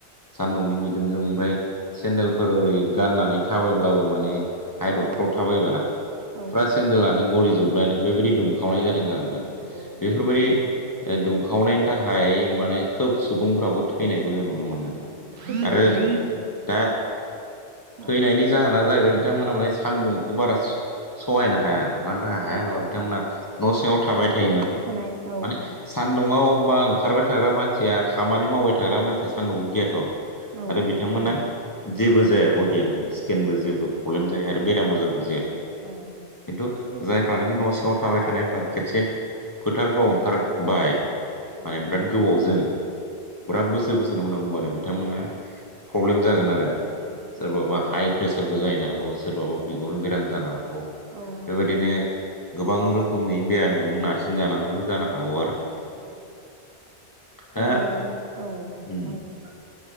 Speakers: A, on the left; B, on the right.
A: सान्दुंनि बिदुंजों ओमफ्राय
B: औ
A: सेन्देलफोर
B: बिदुं
A: ओरै गान नानै थाबायब्लाबो माने आदबफ्राव
B: औ
A: थाबायबा
B: औ
A: फुरा सेनदेलानो गलिजोब बलायनाय बेबायदि दुंखावनाय जादों आरोना
B: औ औ
A: बेफोरबायदि
B: औ
A: दुंखावनायनि थाखाय माने खोब सुबुंफ्राबो थैनायखौ जों नुनो नो मोनदों
B: औ खैफोदाव
A: आरो
B: गोग्लैदों
A: दा थैनायनि
B: औ
A: जाहोना जाहैबाय बिथांमोना माने सान्दुंखौ बारा सहायनो हाया। मानि थाखाय
B: औ
A: हाया होनबा बिथांमोना न' सिङाव थाबाय थायोमोन
B: थाबाय थानाय औ
A: माने सान दुं'आव बा ओंखारबाय थाग्रा मानसिया खामानि मावबाय थाग्रा मानसिया सान्दुंखौ गियाथ'
B: औ
A: आरो बिथांमोना
B: खोनादों
A: जेबो जाया बडिया माने स्किनबो जेबो प्रब्लेम
B: औ
A: जाया आरो बेराम आजारबो जाया
B: जाया
A: खिन्थु
B: बे
A: जायफ्रानोखि न' सिङाव थाबाय थानायफ्रा खेबसे फोथारफ्राव ओंखारबाय माने
B: औ औ
A: बिराद गोबावजों बिराद बोसोर बोसोरनि उनाव होनबानो बिथांमोना प्रब्लेम जागोन आरो
B: जायो
A: सोरबाबा
B: औ
A: हाइ प्रेसारबो जाहैनाय नो हागौ सोरबाबा
B: औ
A: बिगुरनि बेराम जानो हागौ
B: औ नंगौ
A: बेबायदिनो गोबां रोखोमनि बेरामजों नारसिन जांगौबो जानो हागौ आरो
B: जायो औ
A: दा
B: जोङो औ
A: उम
B: नोंथां